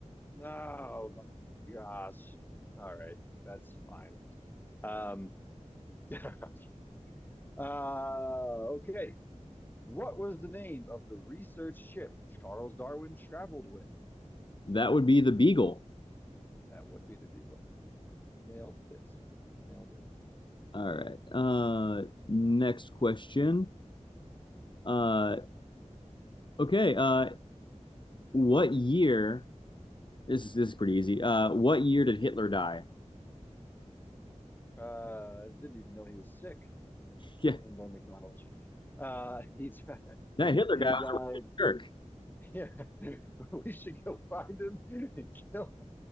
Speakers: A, on the left (about 15°); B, on the left (about 40°).
A: Oh my gosh. All right, that's fine. Um, <laughs> uh, okay. What was the name of the research ship Charles Darwin traveled with?
B: That would be the Beagle.
A: That would be the Beagle. Nailed it. Nailed it.
B: All right. Uh, next question. Uh, okay. Uh, what year? This is, this is pretty easy. Uh, what year did Hitler die?
A: Uh, didn't even know he was sick.
B: <laughs>
A: Norm McDonald. Uh, he died.
B: Yeah, that Hitler
A: He
B: guy was
A: died.
B: a real jerk.
A: Yeah, <laughs> we should go find him and kill